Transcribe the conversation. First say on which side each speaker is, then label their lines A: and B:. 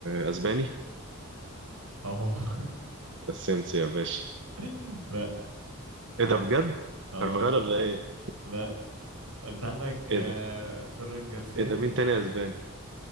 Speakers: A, on the right; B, on the right.
A: آه، أسباني
B: اه
A: أسينسيو يا باشا
B: <laughs> لا
A: ايه ده بجد؟
B: اه
A: كارفاغال ولا ايه؟
B: لا انت عندك
A: ايه
B: آه،
A: ده؟
B: فيران جارسيا
A: ايه ده مين تاني أسباني؟